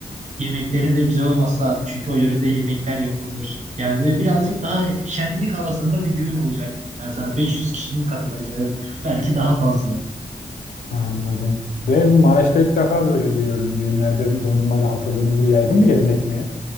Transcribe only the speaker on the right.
Yemeklerin de güzel olması lazım. Çünkü o yörede yemekler yapılır. Yani böyle birazcık daha şenlik havasında bir düğün olacak diyeyim ben sana. 500 kişinin katılacağı belki daha fazla.